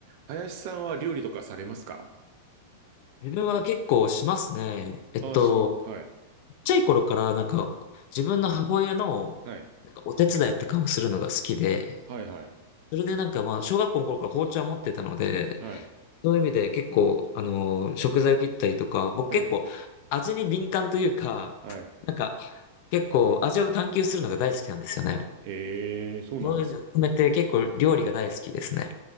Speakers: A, on the right (about 55°); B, on the left (about 55°).
A: 林さんは料理とかされますか
B: 自分は結構しますね。えっと、
A: ああ、しま、はい。
B: ちっちゃい頃からなんか自分の母親のなんかお手伝いとかをするのが好きで、
A: はい。はい、はい。
B: それでなんかまあ小学校の頃から包丁は持ってたので、
A: はい。
B: そういう意味で結構あの食材を切ったりとか、僕結構味に敏感というか、
A: ええ、はい。
B: なんか結構味を探求するのが大好きなんですよね。
A: へえ、そうなんですか。
B: そういう意味を含めて結構料理が大好きですね。